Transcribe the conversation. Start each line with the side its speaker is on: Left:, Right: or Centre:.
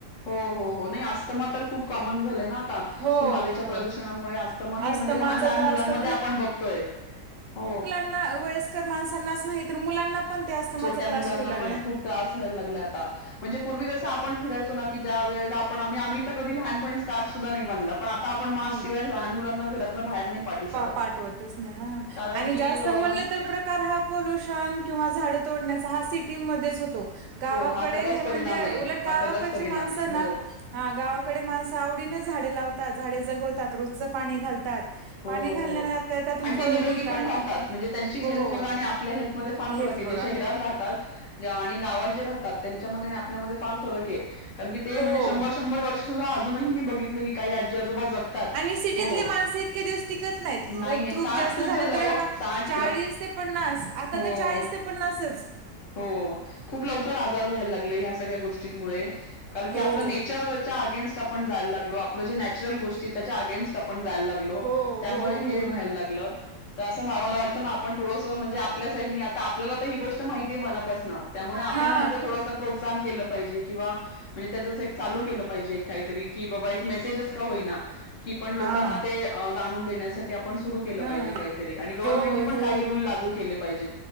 Left: हो हो हो. नाही अस्तमा तर खूप कॉमन झालंय ना आता.
Right: हो
Left: की हवेच्या
Right: हो
Left: प्रदूषणामुळे अस तमा हे
Right: अस्थमाचा
Left: म्हणजे लहान लहान
Right: त्रास
Left: मुलांमध्ये
Right: तर
Left: आपण बघतोय. हो.
Right: ना वयस्कर माणसांनाच नाही, तर मुलांना पण त्या अस्तमाचा
Left: छोट्या
Right: त्रास
Left: मुलांना
Right: होऊ लागलाय.
Left: पण खूप त्रास व्हायला लागला आता. म्हणजे पूर्वी जसं आपण फिरायचो ना की ज्या वेळेला आपण, आम्ही आम्ही तर कधी लहानपणी स्कार्फ सुद्धा नाही बांधला. पण आता आपण मास्कशिवाय
Right: हो
Left: लहान मुलांना घरातनं बाहेर नाही पाठवू
Right: पा
Left: शकत
Right: पाठवतच नाही. हा,
Left: कारण
Right: आणि
Left: की
Right: जास्त
Left: अ
Right: म्हणलं तर प्रकार हा पोल्युशन किंवा झाडं तोडण्याचा हा सिटीमध्येच हो तो. गावाकडे
Left: हा त्याचाच
Right: हे
Left: परिणाम
Right: म्हणजे
Left: आहे
Right: उलट गावाकडची
Left: हा त्याचाच परिणाम
Right: माणसं
Left: आहे
Right: ना
Left: हो
Right: हा गावाकडे माणसं आवडीन झाडे लावतात. झाडे जगवतात. रोजचं पाणी घालतात.
Left: हो
Right: पाणी घालल्याने
Left: हो.
Right: आपल्याला त्यातून
Left: आणि
Right: फळं
Left: ते निरोगी
Right: मिळतात
Left: पण राहतात.
Right: त्यामुळे
Left: म्हणजे त्यांची हेल्थ
Right: हो
Left: बघा आणि आपल्या हेल्थ मध्ये फार
Right: हेल्थ
Left: फरक आहे.
Right: बघा
Left: जे शहरात राहतात ज आणि गावात जे राहतात त्यांच्यामध्ये आणि आपल्यामध्ये फार फरक आहे. कारण की ते
Right: हो
Left: म्हणजे शंभर शंभर वर्ष सुद्धा अजूनही मी बघितलं की काही आजी आजोबा जगतात.
Right: ती सिटीतले
Left: हो
Right: माणस इतके दिवस टिकत नाहीत.
Left: नाही
Right: खूप
Left: नाही
Right: खूप
Left: साठ
Right: जास्त झाले
Left: झालं
Right: तर
Left: हो
Right: बघ
Left: साठ
Right: चाळीस ते पन्नास, आता
Left: हो
Right: तर चाळीस ते पन्नासच.
Left: हो. खूप लवकर आजार व्हायला लागले ह्या सगळ्या गोष्टी ष्टींमुळे, कारण की
Right: हो
Left: आपल नेचरच्या अगेन्स् स्ट आपण जायला लागलो. आपलं जे नॅचरल गोष्टी त्याच्या अगेनस्ट आपण जायला लागलो.
Right: हो
Left: त्यामुळे
Right: हो
Left: हे
Right: हो
Left: व्हायला
Right: ना
Left: लागल. त अस मा वा ला आपण थोडसं म्हणजे, आपल्या साईटने आता आपल्याला तर ही गोष्ट माहितीये मनापासन. त्यामुळे आपण
Right: हा
Left: ह्याच्या थोडसं प्रोत्साहन केलं पाहिजे. किंवा म्हणजे त्याच असं एक चालू केलं पाहिजे काहीतरी. की बाबा एक मेसेजच का होईना की पण लोकांना
Right: हा
Left: ते अं जाणून देण्यासाठी आप पण सुरू केलं
Right: हा
Left: पाहिजे काहीतरी आणि गव्हर्नमेंटनी
Right: हो
Left: पण
Right: हो
Left: काही रूल लागू केले पाहिजे.